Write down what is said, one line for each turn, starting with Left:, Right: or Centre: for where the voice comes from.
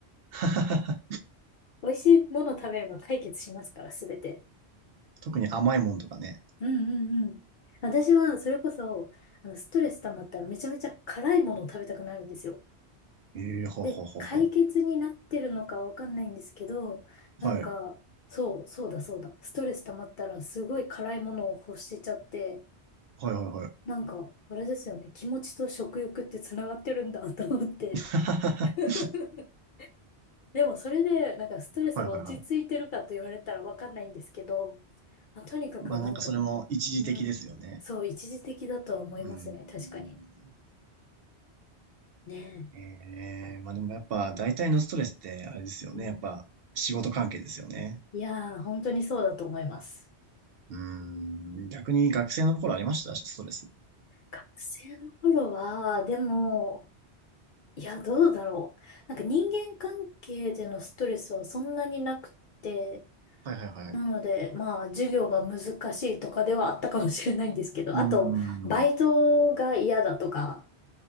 Right: <laughs>
Left: <laughs> 美味しいもの食べれば解決しますから、すべて。
Right: 特に甘いもんとかね。
Left: うんうんうん。私は、それこそ、あの、ストレス溜まったらめちゃめちゃ辛いものを食べたくなるんですよ。
Right: ええー、ほうほうほうほ
Left: で、解決になってるのかわかんないんですけど、なんか、
Right: う。はい。
Left: そう、そうだそうだ。ストレス溜まったらすごい辛いものを欲しちゃって、
Right: はいはいはい。
Left: なんか、あれですよね。気持ちと食欲ってつながってるんだと思って。
Right: <laughs>
Left: <laughs> でもそれで、なんかストレスが落ち着いてるかと言われたらわかんないんですけど、
Right: はいはいはい。
Left: まあ、とにかくなんか、
Right: まあなんかそれも一時的ですよね。
Left: うん、そう、一時的だとは思いますね。
Right: うーん。
Left: 確かに。ね
Right: ええまあでもやっぱ大体のストレスってあれですよね。
Left: え。うん、
Right: やっぱ仕事関係ですよね。
Left: いやー、本当にそうだと思います。
Right: うーん。逆に学生の頃ありましたストレス。
Left: 学生の頃は、でも、いや、どうだろう。なんか人間関係でのストレスはそんなになくて、
Right: はいはいはい。
Left: なので、まあ、授業が難しいとかではあったかもしれないんですけど、
Right: うー
Left: あと、バイトが嫌だとか、
Right: ん。